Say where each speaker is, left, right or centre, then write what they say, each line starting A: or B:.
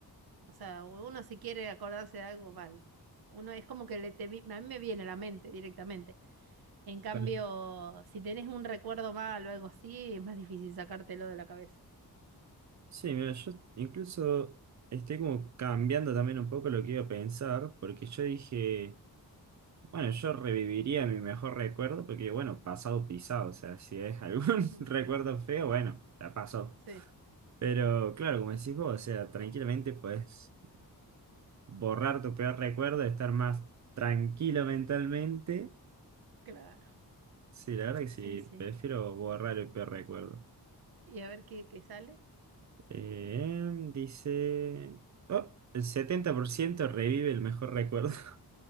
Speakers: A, on the right; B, on the right.
A: o sea, uno si quiere acordarse de algo, mal, uno es como que le te vi- a mí me viene a la mente directamente. En cambio,
B: Claro.
A: si tenés un recuerdo mal o algo así, es más difícil sacártelo de la cabeza.
B: Sí, mira, yo incluso estoy como cambiando también un poco lo que iba a pensar, porque yo dije, bueno, yo reviviría mi mejor recuerdo, porque bueno, pasado pisado, o sea, si es algún
A: Ujú.
B: <laughs> recuerdo feo, bueno, ya pasó.
A: Sí,
B: Pero claro, como decís vos, o sea, tranquilamente puedes borrar tu peor recuerdo, estar más tranquilo mentalmente
A: claro,
B: Sí, la verdad que sí,
A: sí, sí.
B: prefiero borrar el peor recuerdo.
A: Y a ver qué, qué sale.
B: Eh, dice... Oh, el 70% revive el mejor recuerdo. <laughs>